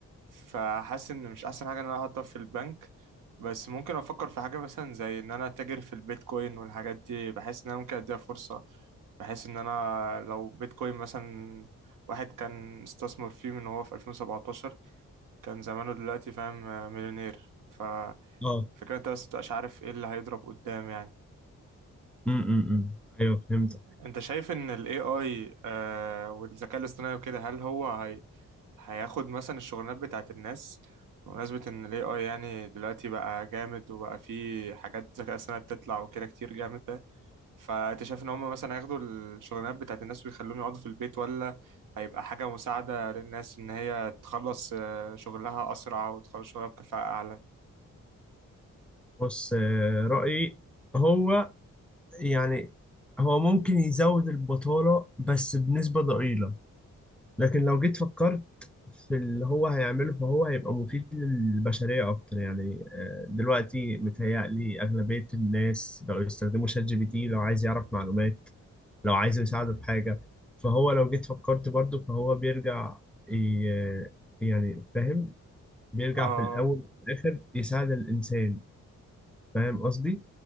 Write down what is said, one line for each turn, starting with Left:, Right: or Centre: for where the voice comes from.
Right: فحاسس ان مش احسن حاجه ان انا احطها في البنك بس ممكن افكر في حاجه مثلا زي ان انا اتاجر في البيتكوين والحاجات دي بحس ان انا ممكن اديها فرصه بحس ان انا لو بيتكوين مثلا واحد كان استثمر فيه من هو في 2017 كان زمانه دلوقتي فاهم آه، مليونير ف
Centre: اه
Right: فكرة انت بس متبقاش عارف ايه اللي هيضرب قدام يعني
Centre: امم ايوه فهمتك
Right: انت شايف ان ال AI آه والذكاء الاصطناعي وكده هل هو هي هياخد مثلا الشغلانات بتاعت الناس بمناسبة ان ال AI يعني دلوقتي بقى جامد وبقى فيه حاجات ذكاء اصطناعي بتطلع وكده كتير جامد ده فانت شايف ان هم مثلا هياخدوا الشغلانات بتاعت الناس ويخلوهم يقعدوا في البيت ولا هيبقى حاجة مساعدة للناس ان هي تخلص آه، شغلها اسرع وتخلص شغلها بكفاءة اعلى
Centre: بص آه، رأيي هو يعني هو ممكن يزود البطالة بس بنسبة ضئيلة لكن لو جيت فكرت في اللي هو هيعمله فهو هيبقى مفيد للبشرية أكتر يعني آه، دلوقتي متهيألي أغلبية الناس بقوا يستخدموا شات جي بي تي لو عايز يعرف معلومات لو عايز يساعده في حاجة فهو لو جيت فكرت برضه فهو بيرجع ي- يعني فاهم بيرجع
Right: اه
Centre: في الأول وفي الآخر يساعد الإنسان فاهم قصدي